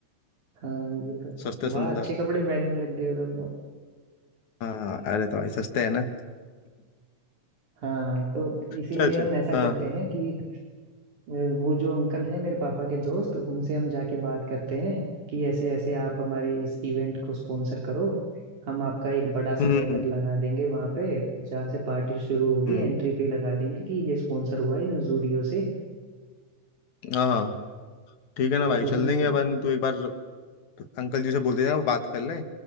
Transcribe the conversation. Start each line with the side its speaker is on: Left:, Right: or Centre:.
Right: हाँ ये तो
Left: सस्ते
Right: वाह
Left: सुंदर
Right: अच्छे कपड़े पहनने लग गए हो तुम तो
Left: हाँ अरे तो भाई सस्ते है ना
Right: हाँ तो इसीलिए
Left: चल चल
Right: हम ऐसा
Left: हाँ
Right: करते हैं कि अ, वो जो अंकल है मेरे पापा के दोस्त उनसे हम जाके बात करते हैं कि ऐसे ऐसे आप हमारे इस इवेंट को स्पॉन्सर करो हम आपका एक बड़ा सा
Left: हम्म
Right: बैनर लगा देंगे वहां पे जहाँ से पार्टी शुरू होगी
Left: हम्म
Right: एंट्री पे लगा देंगे कि ये स्पॉन्सर हुआ है जूडियो से
Left: हाँ हाँ ठीक है ना
Right: तो
Left: भाई चल
Right: उसमें
Left: देंगे अपन तू एक बार अंकल जी से बोल देना वो बात कर लें